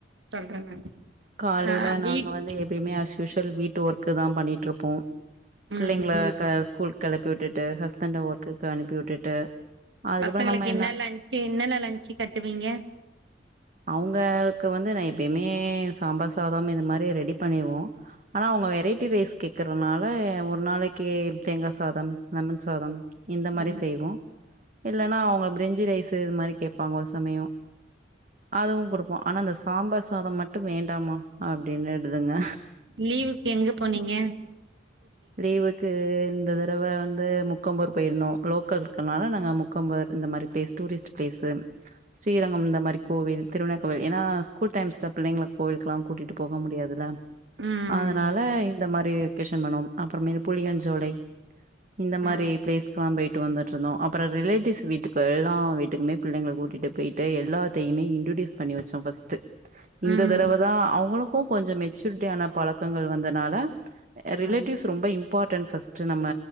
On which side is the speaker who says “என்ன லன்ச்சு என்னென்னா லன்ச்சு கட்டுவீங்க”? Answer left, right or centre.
Right